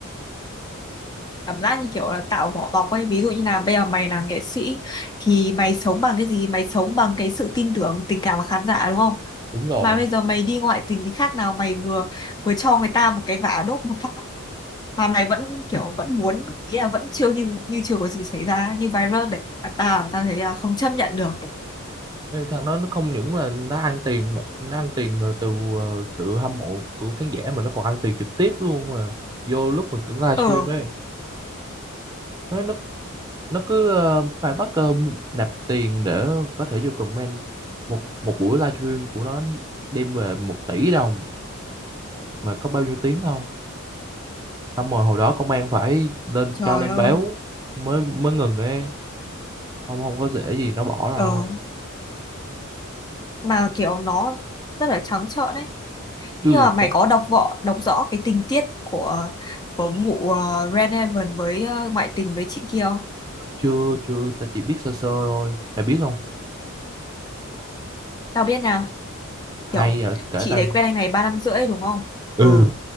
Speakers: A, on the left (about 20°); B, on the right (about 20°).
A: cảm giác như kiểu là tạo vỏ bọc ấy ví dụ như là bây giờ mày làm nghệ sĩ thì mày sống bằng cái gì mày sống bằng cái sự tin tưởng tình cảm của khán giả đúng không
B: đúng rồi
A: mà bây giờ mày đi ngoại tình thì khác nào mày vừa vừa cho người ta một cái vả đốt một phát mà mày vẫn kiểu vẫn muốn ý là vẫn chưa như như chưa có gì xảy ra như viral đấy à, ta ta thấy là không chấp nhận được
B: Ê, thằng đó nó không những là nó ăn tiền mà nó ăn tiền ờ, từ ờ, sự hâm mộ của khán giả mà nó còn ăn tiền trực tiếp luôn mà vô lúc mà cứ livestream
A: ờ
B: đấy nó nó nó cứ ờ, phải bắt ờ, nạp tiền để có thể vô comment một một buổi livestream của nó đem về một tỷ đồng mà có bao nhiêu tiếng đâu xong rồi hồi đó công an phải lên
A: trời
B: cho lên
A: ơi
B: báo mới mới ngừng ấy không không có dễ gì nó bỏ đâu
A: ờ mà kiểu nó rất là trắng trợn đấy
B: chứ
A: Nhưng mà mày
B: chắc
A: có đọc võ đọc rõ cái tình tiết của của vụ ờ, Red với ờ, ngoại tình với chị kia không?
B: chưa chưa ta chỉ biết sơ sơ thôi mày biết không
A: Tao biết nào,
B: hay
A: kiểu
B: à, kể
A: chị
B: ta
A: đấy quen anh này 3 năm rưỡi đúng không?
B: ừ
A: Ừ,